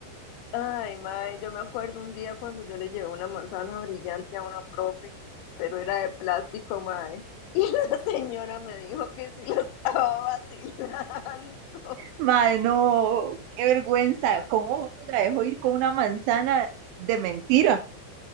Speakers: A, on the left; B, on the right.
A: Ay, mae, yo me acuerdo un día cuando yo le llevé una manzana brillante a una profe, pero era de plástico, mae. <laughs> Y la señora me dijo que si la estaba vacilando.
B: Mae, no, qué vergüenza, ¿cómo me la dejó ir con una manzana de mentira?